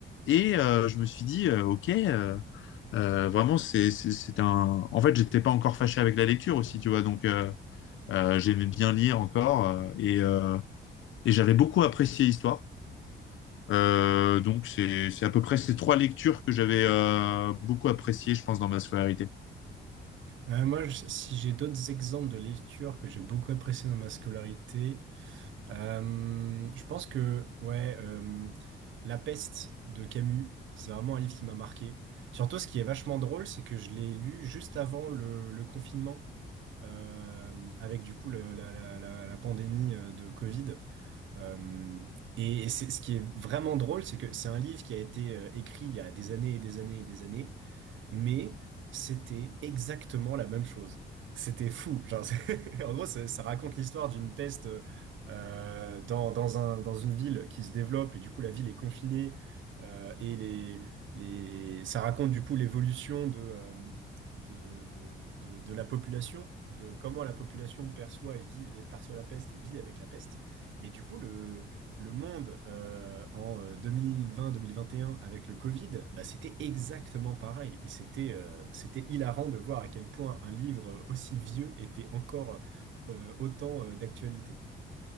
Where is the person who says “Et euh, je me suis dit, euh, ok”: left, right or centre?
Left